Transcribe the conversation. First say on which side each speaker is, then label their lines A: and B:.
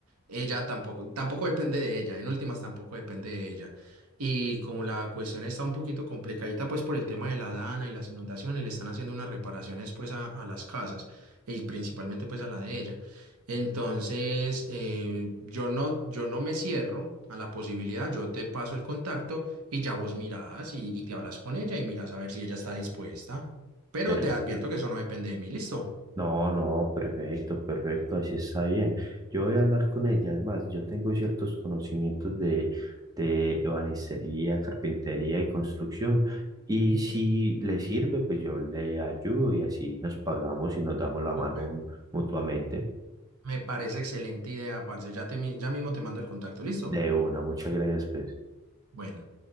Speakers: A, on the right; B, on the right.
A: ella tampoco, tampoco depende de ella. En últimas tampoco depende de ella. Y como la cuestión está un poquito complicadita pues por el tema de la dana y las inundaciones, le están haciendo unas reparaciones pues a, a las casas y principalmente pues a la de ella. Entonces, eh, yo no, yo no me cierro a la posibilidad, yo te paso el contacto y ya vos mirás y, y te hablas con ella y mirás a ver si ella está dispuesta. Pero
B: me
A: te advierto que eso no depende de mí, listo.
B: No, no, perfecto, perfecto, así está bien. Yo voy a hablar con ella, es más, yo tengo ciertos conocimientos de, de ebanistería, carpintería y construcción, y
A: Excelente.
B: si le sirve, pues yo le ayudo y así nos pagamos y nos damos la mano
A: Súper.
B: un- mutuamente.
A: Me parece excelente idea, parce. Ya, te, mi- ya mismo te mando el contacto, listo.
B: De una, muchas gracias, pues.
A: Bueno.